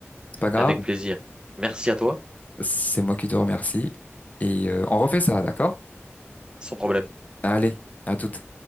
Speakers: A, on the left; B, on the right.
A: C'est pas grave.
B: Avec plaisir. Merci à toi,
A: C'est moi qui te remercie. Et euh, on refait ça, d'accord?
B: sans problème.
A: Allez, à toute.